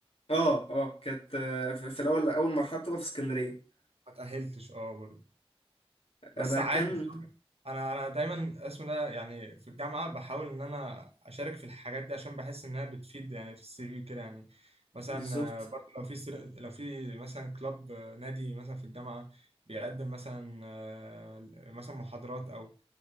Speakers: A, on the left (about 70°); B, on the right (about 80°).
A: اه اه كانت آه، في في الاول اول مرحله بتبقى في اسكندريه
B: ما تاهلتش اه برضه بس
A: انا
B: عادي
A: كان
B: فاهم؟ انا انا دايما اسمه ده يعني في الجامعه بحاول ان انا اشارك في الحاجات دي عشان بحس انها بتفيد يعني في السي في وكده يعني مثلا
A: بالظبط
B: آه، برضه لو في سر... لو في مثلا كلاب آه، نادي مثلا في الجامعه بيقدم مثلا آه، مثلا محاضرات او